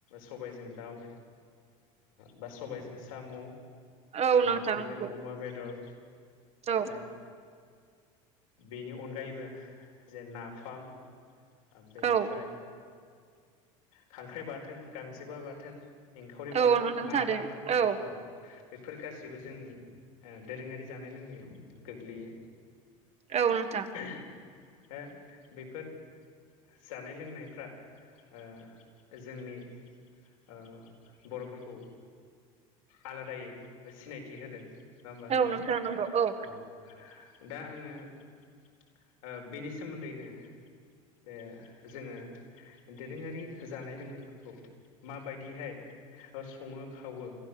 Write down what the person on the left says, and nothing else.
सबायजों दाउ बा सबायजों साम',
नारजिजों
अमा बेदर,
दा बेनि अनगायैबो जे नाफाम ओ बेनिफ्राय
खांख्राइ बाथोन गांजेमा बाथोन, एंखावरि
बाथोन
ना
बाथोन औ। बेफोर गासैबो जोंनि दोरोङारि जानाय लोंनायाव गोग्लैयो।
<inaudible> हो बेफोर। जानाय लोंनायफ्रा ओ जोंनि ओ बर'फोरखौ आलादायै सिनायथि होदों नङा होमबा नोंथां?
औ दा आङो बेनि सोमोन्दैनो बे जोङो दोरोङारि जानाय लोंनायफोरखौ माबायदिहाय सङो खावो